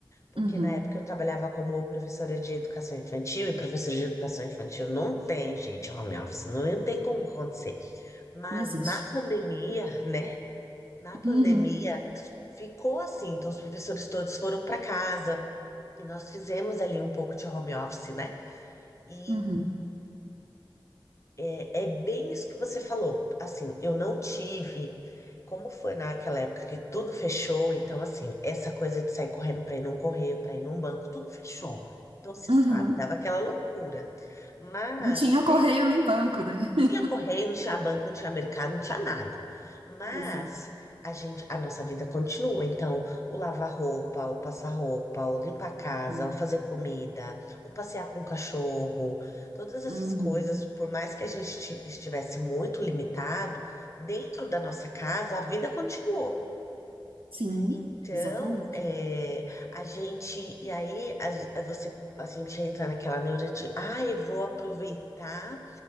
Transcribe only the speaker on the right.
Uhum,
não existe.
Uhum,
uhum,
uhum.
Não tinha correio nem banco, né? <laughs>
Exato.
Uhum.
Uhum.
Sim,
exatamente.